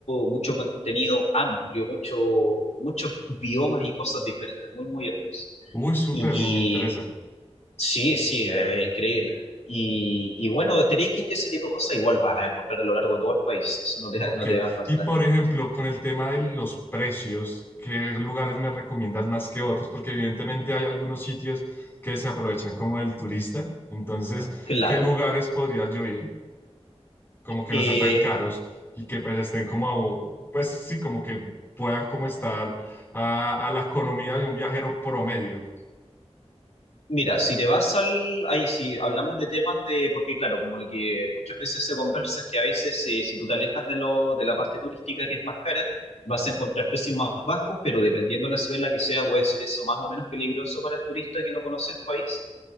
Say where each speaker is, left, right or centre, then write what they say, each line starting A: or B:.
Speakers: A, on the left; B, on the left.
A: mucho contenido amplio, mucho, muchos biomas y cosas diferentes, muy, muy hermoso
B: Uy, súper,
A: Y
B: me interesa.
A: Sí, sí, es increíble. Y, y bueno, de trekking y ese tipo de cosas igual vas a encontrar a lo largo de todo el país, eso no te,
B: Ok.
A: no te va a faltar.
B: Y por ejemplo, con el tema de los precios, ¿qué lugares me recomiendas más que otros? Porque evidentemente hay algunos sitios que se aprovechan como del turista. Entonces,
A: Claro.
B: ¿qué lugares podría yo ir? Como que
A: Eh,
B: no sean tan caros y que pues estén como, pues sí, como que puedan como estar a, a la economía de un viajero promedio.
A: mira, si te vas al... Ahí si hablamos de temas de... Porque claro, como lo que muchas veces se conversa es que a veces eh, si tú te alejas de, lo, de la parte turística que es más cara, vas a encontrar precios más bajos, pero dependiendo de la ciudad en la que sea, puede ser eso más o menos peligroso para el turista que no conoce el país.